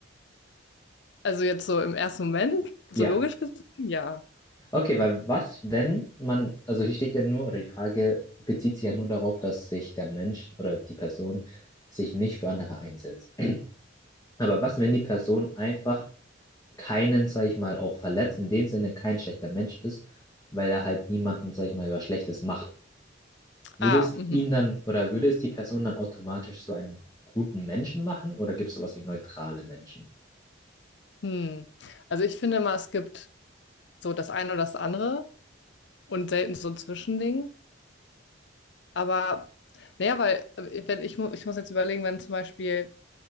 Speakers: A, on the left; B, on the left.
A: Also jetzt so im ersten Moment, so
B: Ja.
A: logisch gesehen, ja.
B: Okay, weil was, wenn man, also hier steht ja nur, oder die Frage bezieht sich ja nur darauf, dass sich der Mensch oder die Person sich nicht für andere einsetzt. Aber was, wenn die Person einfach keinen, sag ich mal, auch verletzt, in dem Sinne kein schlechter Mensch ist, weil er halt niemanden, sag ich mal, was Schlechtes macht? Würde
A: Ah,
B: es
A: mhm.
B: ihn dann, oder würde es die Person dann automatisch so einen guten Menschen machen, oder gibt es sowas wie neutrale Menschen?
A: Hm. Also ich finde mal, es gibt so das eine oder das andere und selten so ein Zwischending. Aber naja, weil äh, wenn ich, mu- ich muss jetzt überlegen, wenn zum Beispiel